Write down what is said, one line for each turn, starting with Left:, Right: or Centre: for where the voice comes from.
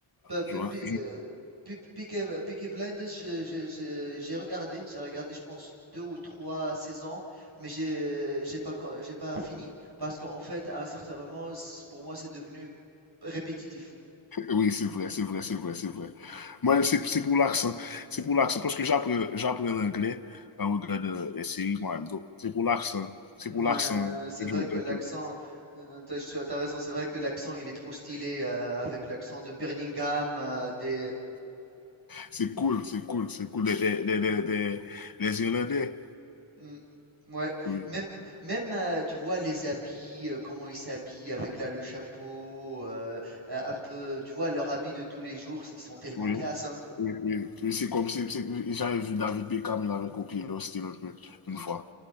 Right: Pe-
Left: Je
Right: pe-
Left: regarde
Right: pe- euh, Pe- Peaky euh, Peaky Blinders, je- je- je- j'ai regardé, j'ai regardé, je pense, deux ou trois saisons, mais j'ai, j'ai pas, co- j'ai pas fini. Parce qu'en fait, à un certain moment, c- pour moi, c'est devenu répétitif.
Left: oui, c'est vrai, c'est vrai, c'est vrai, c'est vrai. Moi, c'est c'est pour l'accent. C'est pour l'accent. Parce que j'apprends j'apprends l'anglais en regardant les séries moi-même. Donc, c'est pour l'accent. C'est
Right: Ouais,
Left: pour l'accent
Right: c'est
Left: que
Right: vrai
Left: je regarde.
Right: que l'accent, euh, t'as, tu as t'as raison, c'est vrai que l'accent, il est trop stylé euh, avec l'accent de Birmingham, euh, des,
Left: C'est cool, c'est cool, c'est cool. Les, les, les, les les Irlandais,
Right: Mm, ouais,
Left: oui,
Right: même, même euh, tu vois les habits, euh, comment ils s'habillent avec là le chapeau, euh, euh, un peu, tu vois leur habit de tous les jours, ils sont tellement
Left: Oui,
Right: classe, hein.
Left: oui, oui, oui, c'est comme si c'est- j'avais vu David Beckham, il avait copié leur style un peu,
Right: Mm,
Left: une fois.